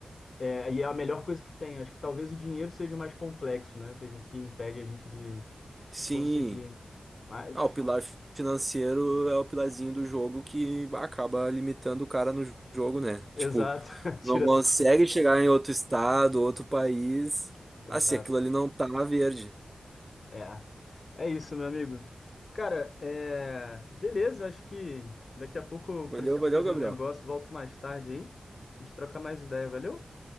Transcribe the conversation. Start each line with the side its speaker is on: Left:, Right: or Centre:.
Left: É, e é a melhor coisa que tem. Acho que talvez o dinheiro seja o mais complexo, né? Seja o que impede a gente de,
Right: Sim,
Left: de conseguir. Mas,
Right: Ah, o pilar financeiro é o pilarzinho do jogo que acaba limitando o cara no jogo, né?
Left: exato,
Right: Tipo,
Left: <laughs>
Right: não consegue
Left: tira. essa-
Right: chegar em outro estado, outro país.
Left: Exato.
Right: Ah, se aquilo ali não tá verde.
Left: É. É isso, meu amigo. Cara, é... beleza, acho que daqui a pouco eu
Right: Valeu,
Left: preciso
Right: valeu,
Left: fazer
Right: Gabriel.
Left: um negócio, volto mais tarde aí. A gente troca mais ideia, valeu?